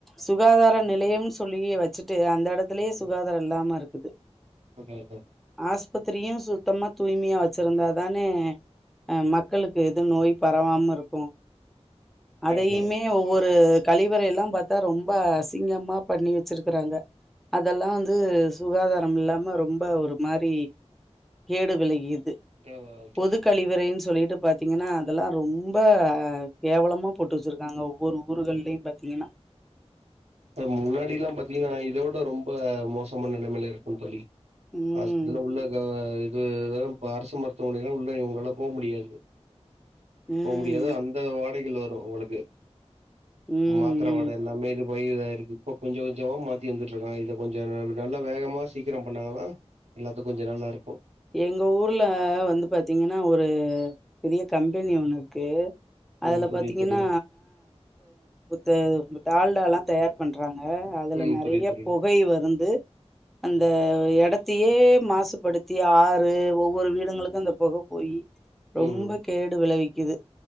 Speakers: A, in the centre; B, on the right.
A: சுகாதார நிலையம்னு சொல்லி வச்சுட்டு அந்தெட த்துலயே சுகாதார
B: ம்
A: இல்லாம இருக்குது
B: அதா அதா
A: ஆஸ்பித்திரியு சுத்தமா தூய்மையா வச்சிருந்தாதானே அ மக்களுக்கு இது நோய் பரவாம இருக்கு அதையுமே
B: அதா
A: ஒவ்வொரு கழிவறை எல்லா பாத்தா ரொம்ப அசிங்கமா பண்ணி வச்சிருக்கறாங்க அதெல்லா வந்து சுகாதாரம் இல்லாம ரொம்ப ஒரு மாரி கேடு விலகியது
B: ஆ தோழி
A: பொது கழிவறைன் சொல்லி ட்டு பாத்திங்கனா அதெல்லா ரொம்ப கேவலமா போட்டு வச்சிருக்காங்க ஒவ்வொரு ஊர்கள்லயு பாத்திங்கனா <inaudible>
B: அ முன்னாடி எல்லா பாத்தீங்கன்னா இதோட ரொம்ப மோசமான நிலைமில இருக்கு தோழி <unintelligible>
A: ம்
B: உள்ள க இது இப்ப அரசு மருத்துவமனைிலா உள்ள இவங்களால போ முடியாது
A: ம்
B: போ முடியாது அந்த வாடைகள் வரு உங்களுக்கு
A: ம்
B: மாத்திரை
A: ம்
B: வாட எல்லாமே இது வய இருக்கு இப்ப கொஞ்ச கொஞ்சமா மாத்தி வந்துட்டு இருக்காங்க இதை கொஞ்ச நல்லா வேகமா சீக்கிரம் பண்ணாங்கன்னா எல்லாத்துக்கு ஜெனுன்னா இருக்கு
A: எங்க ஊர்ல வந்து பாத்தீங்கன்னா ஒரு பெரிய கம்பெனி ஒண்ணு இருக்கு அதுல
B: ம் புரியுது
A: பாத்தீங்கன்னா
B: தோழி
A: <unintelligible> டால்ட எல்லா தயார் பண்றாங்க அதுல
B: ம்
A: நறைய
B: புரியுது தோழி
A: புகை வருந்து அந்த எடத் சுத்தியே மாசுபடுத்தி ஆறு ஒவ்வொரு வீடுகங்களுக்கு அந்த புகை போயி ரொம்ப
B: ம்
A: கேடு விளைவிக்குது